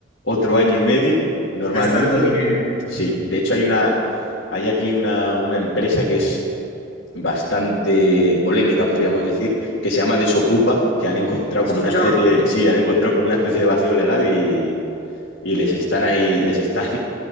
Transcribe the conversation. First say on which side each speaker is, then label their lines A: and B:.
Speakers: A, on the left; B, on the left.
A: otro año y medio, normalmente.
B: gastando dinero.
A: Sí, de hecho hay una,
B: No.
A: hay aquí una, una empresa que es bastante polémica, podríamos decir, que se llama Desocupa, que han encontrado
B: He
A: como
B: escuchado,
A: una especie, sí, han encontrado como una especie de vacío legal y, y les están ahí, les están,